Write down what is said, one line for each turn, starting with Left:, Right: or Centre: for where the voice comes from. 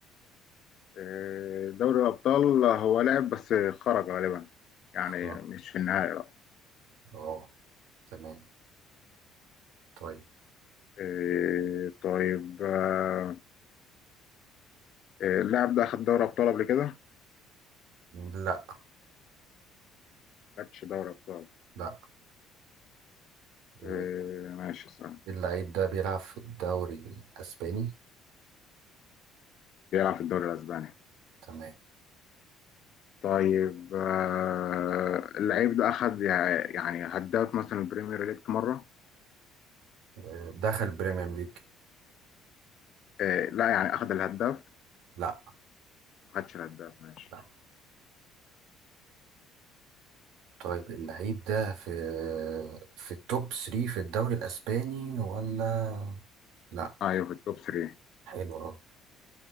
Left: آه، دوري الأبطال هو لعب بس خرج غالبا يعني
Right: اه
Left: مش في النهائي لا
Right: اه تمام طيب
Left: آه، طيب آه، آه، اللاعب ده أخد دوري أبطال قبل كده؟
Right: لا
Left: ما خدش دوري أبطال
Right: لا آه،
Left: آه، ماشي صح
Right: اللاعب ده بيلعب في الدوري الأسباني
Left: بيلعب في الدوري الأسباني
Right: تمام
Left: طيب آه، اللعيب ده أخد يع- يعني هداف مثلا البريمير ليج في مرة
Right: آه دخل بريمير ليج
Left: آه، لا يعني أخد الهداف
Right: لا
Left: ما خدش الهداف ماشي
Right: لا. طيب اللعيب ده في في التوب 3 في الدوري الاسباني ولا لا
Left: أيوه في التوب 3
Right: حلو اهو